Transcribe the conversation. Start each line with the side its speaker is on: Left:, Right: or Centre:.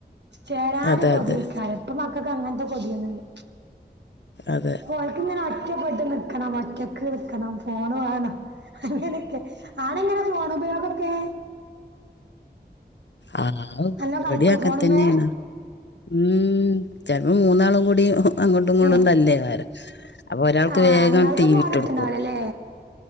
Right: ചേരാന്
Left: അതെ
Right: കൊതിയക്കാരം
Left: അതെ
Right: ഇപ്പ മക്കൾക്ക് അങ്ങൻത്തെ കൊതിയൊന്നുമില്ല.
Left: അതെ.
Right: ഒല്ക്കിങ്ങനെ ഒറ്റപ്പെട്ട് നിക്കണം ഒറ്റക്ക് നിക്കണം ഫോണ് വാണം. അങ്ങനെയൊക്കെ ആടെങ്ങനെ ഫോണുപയോഗൊക്കെ
Left: അമ്മോ
Right: നല്ലോ
Left: ഇവിടെയങ്ങൻതന്നെയാണ്.
Right: കളിക്കോ ഫോണുമ്മേ
Left: മ്മ് ചെലപ്പോ മൂന്നാളും കൂടി അങ്ങോട്ടും ഇങ്ങോട്ടും
Right: ഏ
Left: തല്ലേകാരം. അപ്പൊ ഒരാൾക്ക്
Right: ആ
Left: വേഗം
Right: ഇങ്ങൾക്ക്
Left: ടി
Right: ഫോണിട്ടണിണ്ടാവില്ലല്ലേ
Left: വി ഇട്ട് കൊടുക്കും